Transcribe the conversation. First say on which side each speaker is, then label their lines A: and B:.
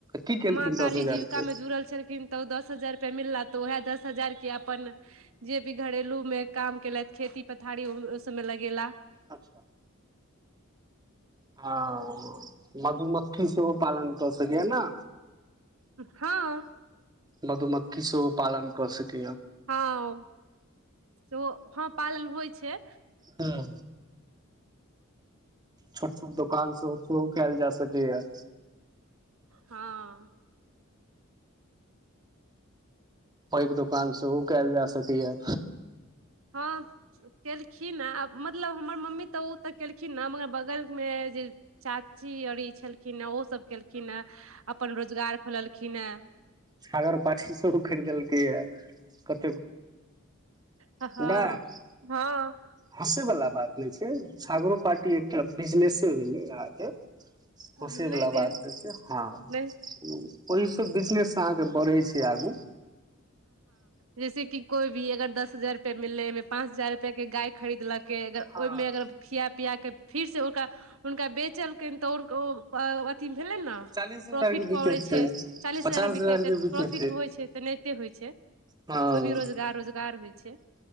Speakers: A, on the right (about 20°); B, on the right (about 80°).
A: की केलखिन
B: माँ काली
A: दस हजार
B: जीविका
A: के
B: मे जुड़ल छलखिन तऽ दस हजार मिला तऽ उएह दस हजार के अपन जे भी घरेलू में काम केलथ खेती पथारी समय लगैेला
A: अच्छा हँ मधुमक्खी सेहो पालन कऽ सकियए ने
B: हँ
A: मधु मक्खी शो पालन कर सक
B: हँ हँ सेहो पालन होइ छै
A: हँ छोट छोट दोकान सेहो शुरू कयल जा सकै य
B: हँ
A: ओहिके दुकान से ओ कल जा सकै या
B: हँ केलखिन ह आ मतलब हमर मम्मी तऽ ओ तऽ केलखिन ह मगर बगलमे जे चाची आरी छलखिन हे ओ सब केलखिन हे अपन रोजगार खोललखिन हे
A: सागर पाठी सेहो ख देलकै य क
B: हँ
A: नहि
B: हँ
A: हँसे वालला बात नहि छै छागरो पारटी एकटा बिजनेस भेलहके अहाह के
B: नहि
A: खुशीवला
B: नहि
A: बात देखै छैिय हँ
B: नहि
A: ओहिसँ बिजनेस अहाँके बढ़ै छै आगू
B: जैसे कि कोई भी अगर दस हजार रुप मिले ह मे पाँच हजार रुपआ के गाय खरीदलक के अगर
A: हँ
B: ओहिमे अगर खिया प केऽ फिरसँ हुनका बेचलकनि तऽ ओ अथिी भेले ने
A: चालीस हजार
B: प्रॉफिट
A: के विकेट
B: पड़ै छै चालीस
A: पचास
B: हजार मे बिकतै
A: के विकेट
B: प्रॉफिट होइ छै त नहि होइ छै
A: हँ
B: कोइ भी रोजगार रोजगार होइ छै